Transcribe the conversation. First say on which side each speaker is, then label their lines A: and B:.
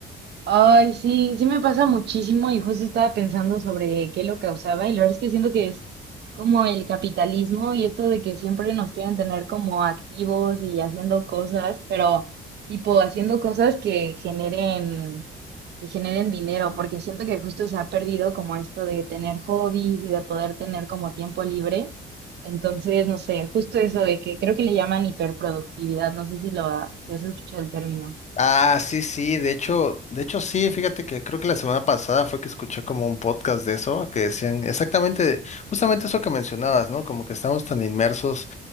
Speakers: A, on the right (about 60°); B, on the left (about 35°).
A: Ay, sí, sí me pasa muchísimo y justo estaba pensando sobre qué lo causaba y la verdad es que siento que es como el capitalismo y esto de que siempre nos quieren tener como activos y haciendo cosas, pero tipo haciendo cosas que generen, que generen dinero, porque siento que justo se ha perdido como esto de tener hobbies y de poder tener como tiempo libre. Entonces, no sé, justo eso de que creo que le llaman hiperproductividad, no sé si lo ha- si has escuchado el término.
B: Ah, sí, sí, de hecho, de hecho sí, fíjate que creo que la semana pasada fue que escuché como un podcast de eso, que decían exactamente, justamente eso que mencionabas, ¿no? Como que estamos tan inmersos